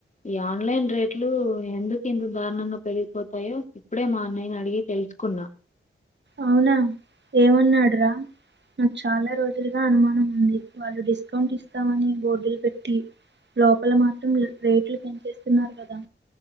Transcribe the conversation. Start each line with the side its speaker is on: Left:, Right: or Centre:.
Left: ఈ ఆన్లైన్ రేట్లు ఎందుకింత దారుణంగా పెరిగిపోతాయో ఇప్పుడే మా అన్నయ్యని అడిగి తెలుసుకున్నా
Right: అవునా ఏమన్నాడు రా నాకు చాలా రోజులుగా అనుమానం ఉంది వాళ్ళు డిస్కౌంట్ ఇస్తామని బోర్డులు పెట్టి లోపల మాత్రం రేట్లు పెంచేస్తున్నారు గదా